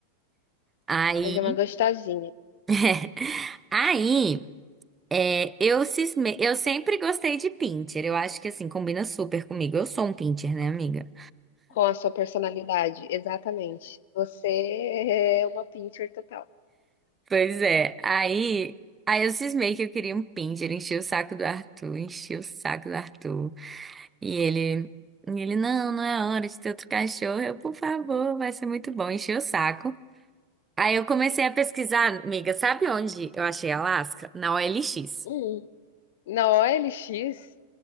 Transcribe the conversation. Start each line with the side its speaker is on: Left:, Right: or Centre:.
Right: Aí,
Left: Mas é uma gostosinha,
Right: <laughs> aí é, eu, cisme... eu sempre gostei de pinter. Eu acho que assim, combina super comigo. Eu sou um pinter, né, amiga?
Left: com a sua personalidade, exatamente. Você é uma pincher total.
Right: Pois é. Aí, aí eu cismei que eu queria um Pinscher, enchi o saco do Arthur, enchi o saco do Arthur. E ele, e ele, não, não é hora de ter outro cachorro. Eu, por favor, vai ser muito bom. Enchi o saco. Aí eu comecei a pesquisar, amiga, sabe onde eu achei Alasca? Na O L X
Left: Hum. Na OLX,